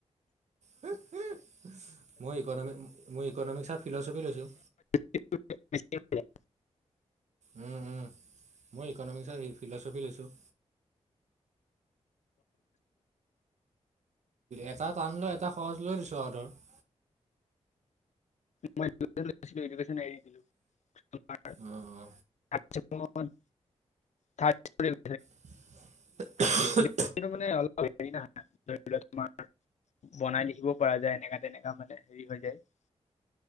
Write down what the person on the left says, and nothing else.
উ <unintelligible> নিশ্চয় <unintelligible>
মই এডুকেশ্বন লৈছিলোঁ। এডুকেশ্বন এৰি দিলোঁ তোমাৰ <unintelligible>
থ্ৰাড চেমত <unintelligible>
এডুকেশ্যনটো মানে অলপ হেৰি ন <unintelligible> ধৰি লোৱা তোমাৰ বনাই লিখিব পৰা যায়। এনেকা-তেনেকা মানে হেৰি হৈ যায়। <unintelligible>